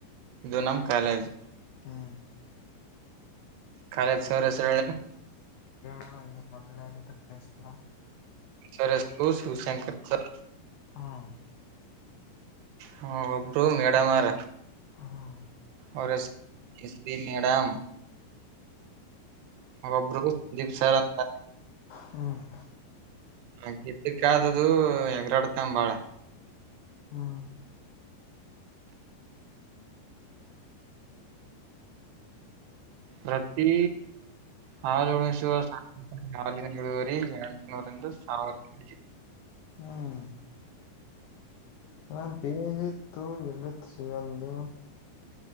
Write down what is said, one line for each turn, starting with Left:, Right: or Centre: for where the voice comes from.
Right: ಇದು ನಮ್ ಕಾಲೇಜ್
Left: ಹ್ಮ್
Right: ಕಾಲೇ ಸಹರಸರ
Left: ಕೂಡ ಹಂಗೆ ಮೊದಲ ಪ್ರಿನ್ಸಿಪ
Right: ಸರ್ ಹೆಸರು ಶಿವಶಂಕರ್ ಸರ್
Left: ಹಾ
Right: ಹಾ ಒಬ್ರು ಮೇಡಮ್ಾರ
Left: ಹ್ಮ್
Right: ಒ ಶೀ ಮೇಡಮ ಒೊಬ್ರು ಸಂದೀಪ್ ಸರ್ ಅಂತ
Left: ಹ್ಮ್
Right: ಹ ಗಿದ್ದಕ್ಕಾದದು ಹೆಗರಾಡ್ತ ಬಾಳ
Left: ಹ್ಮ್
Right: ಪ್ರತಿ ಹ ಜೊಳ ವರ್ಷ ನಾಾಲ ಮೂಳುವರಿ ಎಂಟುನೂರಂದು ಸಾವಿರಪಾಯ
Left: ಹ್ಮ್ ಹ ಬೇದ ಇತ್ತು ಎಲ್ಲಿತ್ತು ಸಿಗಂದು